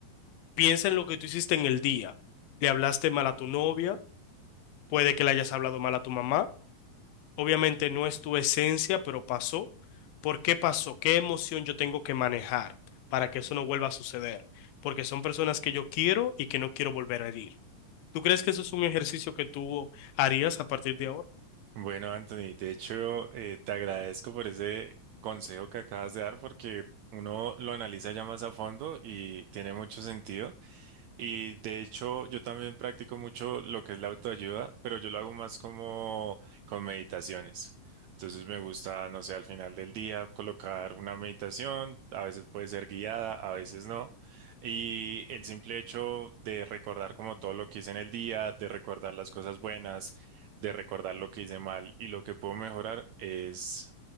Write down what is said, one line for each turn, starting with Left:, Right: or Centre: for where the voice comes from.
Left: Piensa en lo que tú hiciste en el día. Le hablaste mal a tu novia, puede que le hayas hablado mal a tu mamá. Obviamente no es tu esencia, pero pasó. ¿Por qué pasó? ¿Qué emoción yo tengo que manejar para que eso no vuelva a suceder? Porque son personas que yo quiero y que no quiero volver a herir. ¿Tú crees que eso es un ejercicio que tú harías a partir de ahora?
Right: Bueno, Anthony, de hecho, eh, te agradezco por ese consejo que acabas de dar porque uno lo analiza ya más a fondo y tiene mucho sentido. Y de hecho, yo también practico mucho lo que es la autoayuda, pero yo lo hago más como con meditaciones. Entonces me gusta, no sé, al final del día colocar una meditación, a veces puede ser guiada, a veces no. Y el simple hecho de recordar como todo lo que hice en el día, de recordar las cosas buenas, de recordar lo que hice mal y lo que puedo mejorar es